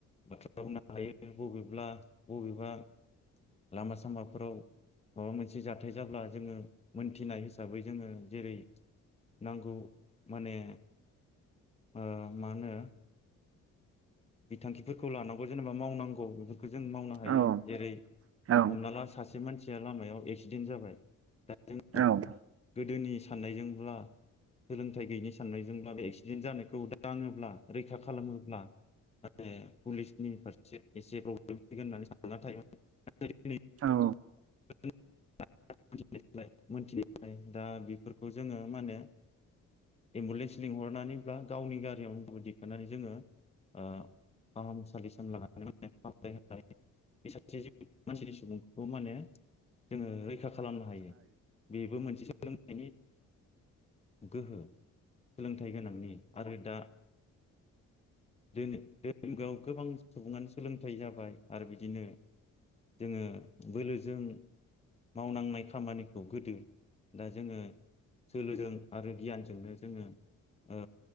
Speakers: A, on the left (about 20°); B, on the right (about 50°).
A: बाथ्रा <unintelligible> लायो बबेब्ला बबेबा लामा सामाफोराव माबा मोनसे जाथाय जाब्ला जोङो मोनथिनाय हिसाबै जोङो जेरै नांगौ माने ओ‌ मा होनो बिथांखिफोरखौ लानांगौ जेनेबा मावनांगौ। बे खौ जों मावनो हायो
B: औ
A: जेरै
B: औ
A: हमना ला सासे मानसिया लामायाव ए क्सिडेन्ट जाबाय जोङो
B: औ
A: गोदोनि साननायजोंब्ला सोलोंथाइ गैयिनि साननायजोंब्ला बे एक्सिडेन्ट जानायखौ दाङोब्ला रैखा खालामोब्ला आरो पुलिस नि फारसे एसे प्रब्लेम फैगोन होननानै सानना‌ थायो
B: औ
A: <unintelligible> दा बेफोरखौ जोङो मा होनो एम्बुलेन्स लिंहरनानैब्ला गावनि गारियावनो दिखनानै जोङो ओ‌ फाहामसालि सिम लानानै <unintelligible> बे सासे मानसिनि सुबुंखौ माने जोङो रैखा खालामनो हायो बेबो मोनसे सोलोंथाइनि गोहो सोलोंथाइ गोनांनि आरो दा दोरोआव गोबां सुबुङानो सोलोंथाइ जाबाय आरो बिदिनो जोङो बोलोजों मावनांनाय खामानिखौ गोदो दा जोङो सोलोजों आरो गियान जोंनो जोङो ओ